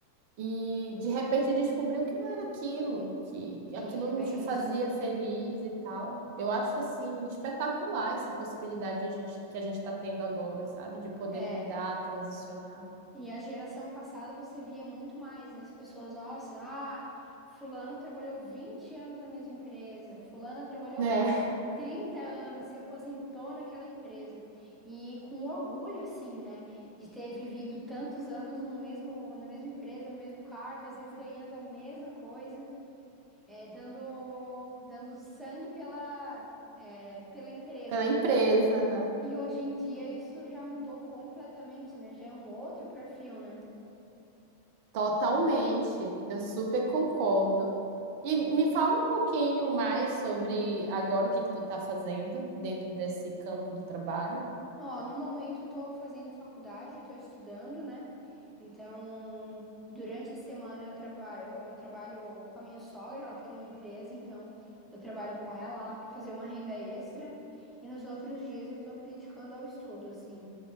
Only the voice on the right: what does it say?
e de repente descobriu que não era aquilo, que
aquilo
não
te fazia
feliz e tal. Eu acho assim espetacular essa possibilidade de a gente, que a gente está tendo agora, sabe? De poder
mudar, transicionar,
né? <laughs>
Pela empresa,
né?
Totalmente, eu super concordo. E me fala um pouquinho mais sobre agora o que que tu tá fazendo dentro desse campo do trabalho.